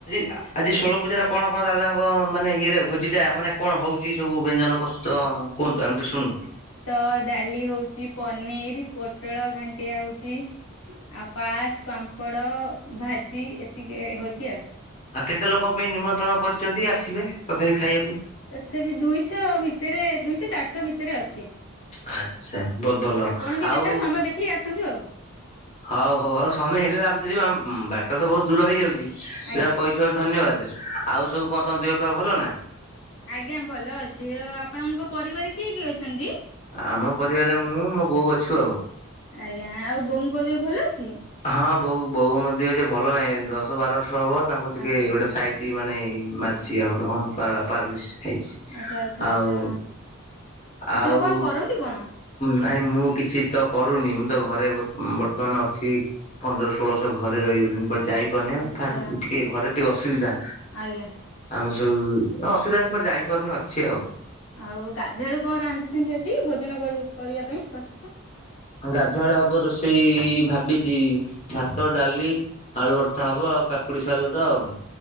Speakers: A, on the left; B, on the left.
A: ଆଜି ଷୋଳ ପୂଜାରେ କଣ କଣ ଦାଦାଙ୍କ ମାନେ ଇଏରେ ଭୋଜି ଟା ମାନେ କଣ ହଉଛି ସବୁ ବ୍ୟଞ୍ଜନ ପ୍ରସ୍ତୁତ? କୁହନ୍ତୁ ଆମେ ଟିକେ ଶୁଣୁ।
B: ତ ଡାଲି ହଉଚି, ପନିର୍, ପୋଟଳ ଘାଣ୍ଟିଆ ହଉଛି। ଆଉ ପାସ୍, ପାମ୍ପଡ, ଭାଜି ଏତିକି ହଉଛି ଆଉ।
A: ଆଉ କେତେ ଲୋକ ପାଇଁ ନିମନ୍ତ୍ରଣ କରିଛନ୍ତି ଆସିବେ ତଥାପି ଖାଇବାକୁ?
B: ଏଥେବି ଦୁଇଶହ ଭିତରେ ଦୁଇଶହ ଚାରିଶହ ଭିତରେ ଅଛି।
A: ଆଛା ବୋହୁତ୍ ଭଲ।
B: ଆପଣ ବି
A: ଆଉ
B: କେତେବେଳେ ସମୟ ଦେଖିକି ଆସନ୍ତୁ ଆଉ
A: ହଉ ହଉ ଆଉ ସମୟ ହେଲେ ଆମେ ତ ଯିବ ଆମ ବାଟ ତ ବୋହୁତ୍ ଦୂର ହେଇଯାଉଛି। ଯେ
B: ଆଜ୍ଞା
A: କହି ଥିବ, ଧନ୍ୟବାଦେ। ଆଉ ସବୁ କଣ ତମ ଦେହ ପା ଭଲ ନା?
B: ଆଜ୍ଞା ଭଲ ଅଛି। ଆପଣଙ୍କ ପରିବାର କିଏ କିଏ ଅଛନ୍ତି?
A: ଆମ ପରିବାରରେ ମୁଁ ମୋ ବୋଉ ଅଛୁ ଆଉ।
B: ଆଜ୍ଞା। ଆଉ ବୋଉଙ୍କ ଦେହ ଭଲ ଅଛି?
A: ହଁ ବୋଉ ବୋଉ ଙ୍କ ଦେହ ଭଲ ନାହିଁ। ଦଶ ବାରବର୍ଷ ହବ ତାଙ୍କର ଟିକେ
B: ଆଚ୍ଛା
A: ଗୋଟେ ସାଇଟ୍ ମାନେ ମାରିଛି ଆମର
B: ଓହୋ।
A: କଣ ପାରାଲି ହେଇଛି।
B: ଆଚ୍ଛା ଆଚ୍ଛା
A: ଆଉ
B: ଆଚ୍ଛା ଆପଣ
A: ଆଉ
B: କଣ କରନ୍ତି କଣ
A: ନାଇଁ ମୁଁ କିଛି ତ କରୁନି ମୁଁ ତ ଘରେ ବର୍ତ୍ତମାନ ଅଛି। ପନ୍ଦର ଷୋଳଶହ ଘରେ ରହିଗଲି କୁଆ ଯାଇ <unintelligible>
B: ଆଚ୍ଛା
A: ଟିକେ ଘରେ ଟିକେ ଅସୁବିଧା।
B: ଆଜ୍ଞା।
A: ଆମେ ସବୁ ଅସୁବିଧା ଅଛି ପରେ ଯାଇପାରୁନି ଅଛି ଆଉ।
B: ଆଉ ଗାଧେଆଳୁ କଣ ରାନ୍ଧିଛନ୍ତି ଆଜି ଭୋଜନ କରିବା ପାଇଁ ପ୍ରସ୍ତୁତ
A: ଗାଧୁଆଳ ହବ ରୋଷେଇ ଭାବିଛି ଭାତ ଡାଲି। ଆଳୁ ବର୍ତା ହବ ଆଉ କାକୁଡି ସାଲଟା ଆଉ।